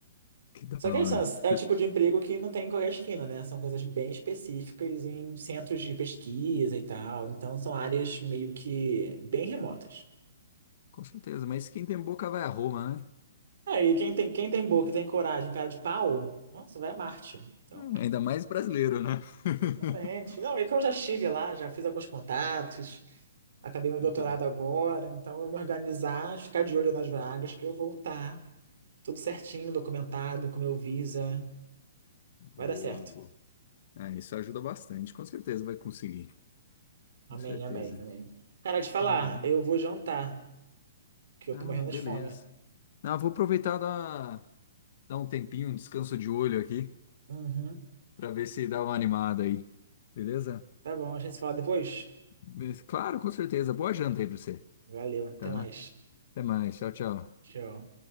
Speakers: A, on the left (about 35°); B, on the right (about 60°).
A: que da
B: Só
A: hora.
B: que é isso, né? é o
A: Né?
B: tipo de emprego que não tem em qualquer esquina, né? São coisas bem específicas em centros de pesquisa e tal, então são áreas meio que bem remotas.
A: Com certeza, mas quem tem boca vai a Roma, né?
B: É, e quem tem, quem tem boca e tem coragem, cara de pau, nossa, vai a Marte. Então,
A: Hum, Ainda mais brasileiro, né? <laughs>
B: totalmente. Não, é que eu já estive lá, já fiz alguns contatos, acabei meu doutorado
A: Então,
B: agora, então eu vou me organizar, ficar de olho nas vagas para eu voltar. Tudo certinho, documentado, com meu visa.
A: Boa,
B: Vai dar certo.
A: boa. é, isso ajuda bastante, com certeza vai conseguir.
B: Amém,
A: Com certeza.
B: amém, amém. Cara, te falar,
A: Uhum.
B: eu vou jantar, que eu
A: Ah,
B: tô morrendo
A: beleza.
B: de fome.
A: Ah, vou aproveitar dar, dar um tempinho, um descanso de olho aqui,
B: Uhum.
A: pra ver se dá uma animada aí. Beleza?
B: Tá bom, a gente se fala depois?
A: Mas, Claro, com certeza. Boa janta aí pra você,
B: Valeu, até
A: tá?
B: mais.
A: Até mais. Tchau, tchau.
B: Tchau.